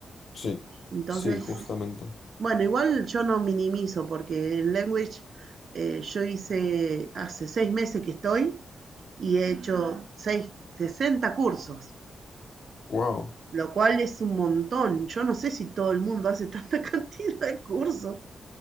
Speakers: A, on the left (about 50°); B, on the right (about 50°).
A: sí,
B: Entonces,
A: sí, justamente.
B: bueno, igual yo no minimizo porque en Language eh, yo hice, hace seis meses que estoy y he hecho seis, 60 cursos,
A: Wow.
B: lo cual es un montón. Yo no sé si todo el mundo hace <laughs> tanta cantidad de cursos,